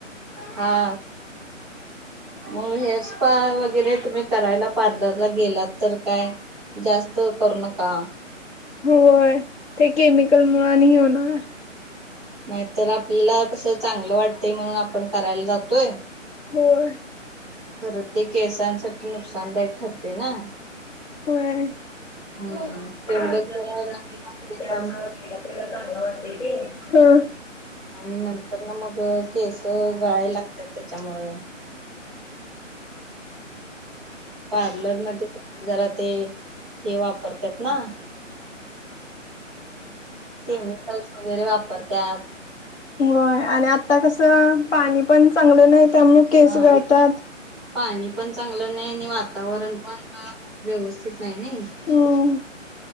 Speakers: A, in the centre; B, on the left.
A: हा मग हेअर स्पा वगैरे तुम्ही करायला पार्लरला गेलात तर काय? जास्त करू नका.
B: होय ते केमिकल मुळ आणि होणार.
A: नाहीतर आपल्याला कसं चांगलं वाटतंय म्हणून आपण करायला जातोय.
B: होय.
A: खरं ते केसांसाठी नुकसानदायक ठरते ना!
B: होय <unintelligible>
A: हम्म तेवढंच जरा लागते त्यामुळं
B: <inaudible> हा
A: आणि नंतर ना मग केस गळाय लागतात त्याच्यामुंळ. पार्लर मध्ये जरा ते हे वापरतात ना! केमिकल्स वगैरे वापरत्यात.
B: होय आणि आता कस पाणी पण चांगलं नाही त्यामुळे केस
A: हा
B: गळत्यात.
A: पाणी पण चांगलं नाही आणि वातावरण पण व्यवस्थित नाही नाही,
B: हम्म